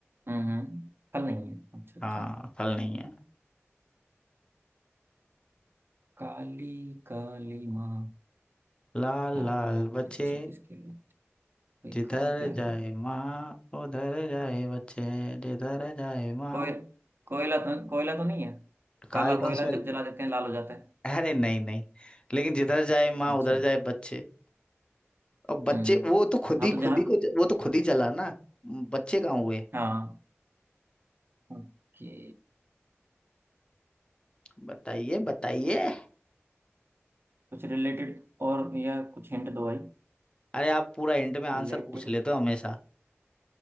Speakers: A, on the right (about 50°); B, on the left (about 20°).
A: हम्म फल नहीं है अच्छा अच्छा
B: हाँ फल नहीं है
A: काली काली माँ
B: लाल
A: लाल
B: लाल
A: लाल
B: बच्चे
A: बच्चे किसके लिए भाई
B: जिधर
A: काला क्या
B: जाए
A: है
B: माँ उधर जाए बच्चे जिधर जाए माँ
A: कोय कोयला तो कोयला तो नहीं है काला
B: काल
A: कोयला
B: उसमें
A: जब जला देते हैं लाल हो जाता है
B: अरे नहीं नहीं लेकिन जिधर जाए माँ
A: अच्छा
B: उधर जाए बच्चे और बच्चे
A: हम्म
B: वो तो खुद
A: हाँ
B: ही
A: तो जहाँ
B: खुद ही को ज- वो तो खुद ही जला ना बच्चे कहाँ हुए
A: हाँ ओके
B: बताइए बताइए
A: कुछ रिलेटेड और या कुछ हिंट दो भाई
B: अरे आप पूरा हिंट में आंसर
A: रिलेटेड
B: पूछ लेते हो हमेशा